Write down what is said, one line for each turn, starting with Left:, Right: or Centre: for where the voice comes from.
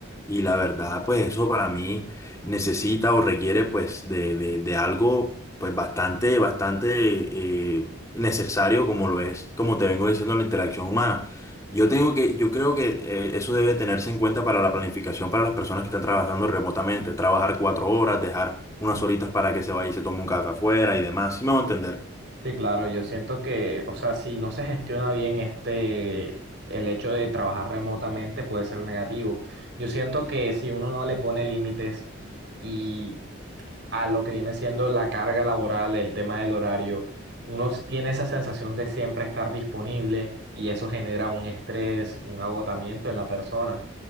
Left: Y la verdad, pues eso para mí necesita o requiere pues de, de, de algo pues bastante, bastante eh, necesario como lo es, como te vengo diciendo, la interacción humana. Yo tengo que, yo creo que eh, eso debe tenerse en cuenta para la planificación para las personas que están trabajando remotamente, trabajar cuatro horas, dejar unas horitas para que se vaya y se tome un café afuera y demás, si me va a entender?
Right: Sí, claro, yo siento que, o sea, si no se gestiona bien este, el hecho de trabajar remotamente puede ser negativo. Yo siento que si uno no le pone límites y a lo que viene siendo la carga laboral, el tema del horario, uno s- tiene esa sensación de siempre estar disponible y eso genera un estrés, un agotamiento en la persona.